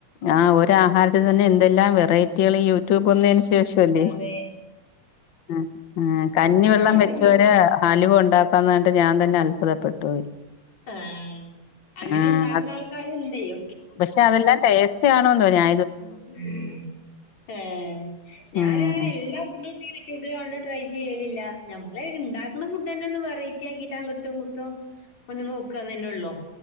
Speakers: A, on the left (about 80°); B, on the left (about 55°).
A: ആഹ് ഒരു ആഹാരത്തില് തന്നെ എന്തെല്ലാ വെറൈറ്റികള് യു റ്റൂബ് വന്നയ്ന് ശേഷവല്ലേ.
B: അതെ
A: ആഹ് ആഹ്
B: അതൊണ്ട്
A: കഞ്ഞിവെള്ളം
B: പിന്നെ അങ്ങനെ
A: വെച്ച്
B: ചോദി
A: വരെ അലുവ ഉണ്ടാക്കാന്ന് പറഞ്ഞിട്ട് ഞാൻ തന്നെ അത്ഭുതപ്പെട്ടോയി
B: ആഹ് അങ്ങനെണ്ടാക്ക്ണ
A: ആഹ്
B: ആൾക്കാരു ഇണ്ടയ്
A: പക്ഷെ അതെല്ലാം ടേസ്റ്റ് ആണോന്തോ ഞാ
B: <unintelligible> ഏ ഞാനുങ്ങനെ
A: ആഹ്
B: എല്ലാ ഫുഡും <unintelligible> യൂട്യൂബില് കണ്ട് ട്രൈ ചെയ്യലില്ല. ഞമ്മള് ഇണ്ടാക്കണേ ഫുഡന്നെ ഒന്ന് വെറൈറ്റിക്കിട്ടങ്ങട്ടും ങ്ങട്ടും ഒന്ന് നോക്കാന്ന്ന്നെ ള്ളു